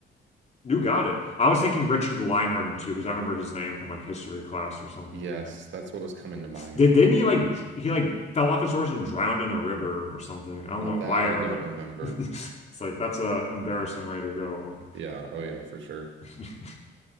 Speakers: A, on the left (about 35°); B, on the right (about 70°).
A: You got it. I was thinking Richard the Lionhearted too, because I remember his name from like history class or something.
B: Yes,
A: Like,
B: that's what was coming to mind.
A: did, didn't he like dr- he like fell off his horse and drowned in a river or something? I
B: Now
A: don't know
B: that
A: why I
B: I
A: remember.
B: don't remember.
A: <laughs> It's like that's a embarrassing way to go.
B: Yeah, oh yeah, for sure.
A: <laughs>